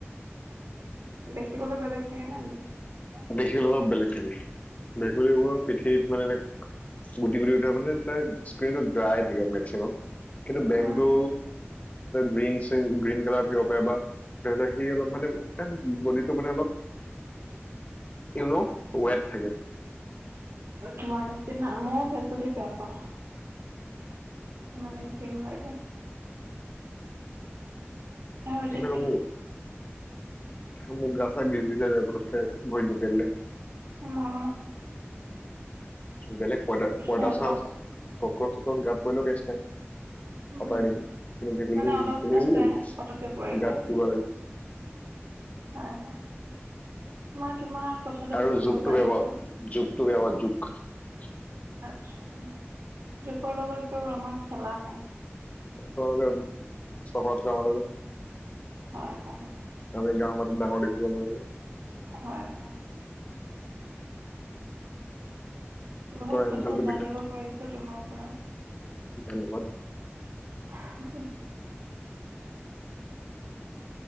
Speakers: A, on the right; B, on the left.
A: দেখিবলৈ বেলেগ থাকেনে। <unintelligible>
B: দেখিবলৈ অলপ বেলেগ থাকে, ভেকুলী হোৱা পিঠিত মানে এনে গুটি উঠা মানে তাত স্কীনটো ড্ৰাই থাকে মেক্সিমাম কিন্তু
A: অ',
B: বেংটো গ্ৰীণ চিন গ্ৰীণ কালাৰো থাকিব পাৰে বা সি অলপ মানে বডীটো অলপ ইউ ন ৱেট থাকে।
A: তোমাৰ নিচিনা মইও ভেঁকুলী বেয়া পাওঁ। <unintelligible> আৰু
B: <unintelligible>
A: জেঠী
B: মো গা চা গিছ-গিছাই যায় পতককে ভৰিত জঁপিয়াই দিলে।
A: মোৰো।
B: বেলেগ প-পদা
A: ভাল
B: চাচ
A: পাওঁ।
B: ক-ক। মোৰ গাত পৰিলেও কেচ নাই,
A: উম,
B: অতৰাই দিম। কিন্তু ভেকুলীটো
A: মানে অলপ আছে, পতককে পৰিলে
B: গাত দিব লাগে
A: হয়-হয়। মই তোমাৰ কথাটো
B: আৰু
A: বুজিব
B: জোকটো
A: পাৰিছোঁ।
B: <unintelligible> জোকটো <unintelligible> জোকটো।
A: জোকৰ লগত বাৰু আমাৰ খেলা নাই।
B: <unintelligible>
A: হয় হয়।
B: <unintelligible> গাঁৱ মাতে ডাঙৰ দেখিব হয়।
A: হয় হয়।
B: হাতৰ
A: বহুত কথা
B: এংকলটো
A: জানিব
B: বিষাইছে
A: পাৰিছো তোমাৰ। <unintelligible>
B: ধন্যবাদ।
A: উ